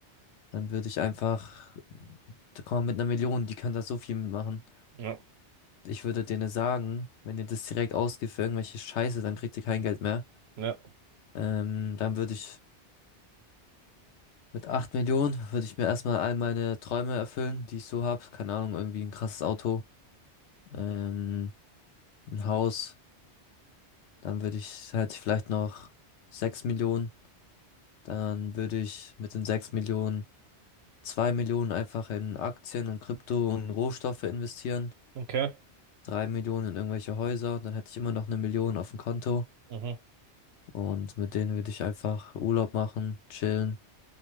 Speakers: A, on the left; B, on the right.
A: Dann würde ich einfach, da kann man mit einer Million, die können da so viel mitmachen.
B: Ja.
A: Ich würde denen sagen, wenn ihr das direkt ausgibt für irgendwelche Scheiße, dann kriegt ihr kein Geld mehr.
B: Ja.
A: Ähm, dann würde ich mit acht Millionen, würde ich mir erstmal all meine Träume erfüllen, die ich so habe. Keine Ahnung, irgendwie ein krasses Auto, ähm, ein Haus. Dann würde ich halt vielleicht noch sechs Millionen. Dann würde ich mit den sechs Millionen zwei Millionen einfach in Aktien und Krypto und Rohstoffe investieren.
B: Okay.
A: drei Millionen in irgendwelche Häuser, dann hätte ich immer noch eine Million auf dem Konto
B: Mhm.
A: und mit denen würde ich einfach Urlaub machen, chillen.